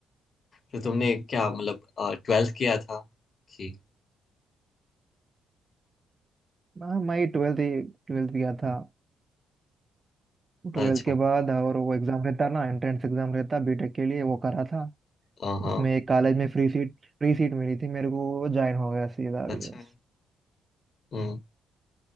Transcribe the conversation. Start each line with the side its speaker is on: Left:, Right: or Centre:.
Left: तो तुमने क्या मतलब ट्वेल्थ किया था कि
Right: हाँ मैं ट्वेल्थ ट्वेल्थ गया था ट्वेल्थ
Left: अच्छा
Right: के बाद और वो एग्ज़ाम रहता ना एंट्रेंस एग्ज़ाम रहता बीटेक के लिए वो करा था
Left: हाँ हाँ,
Right: उसमें एक कॉलेज में फ्री सीट फ्री सीट मिली थी मेरे को ज्वाइन हो गया सीधा अभी
Left: अच्छा
Right: बस
Left: है। हम्म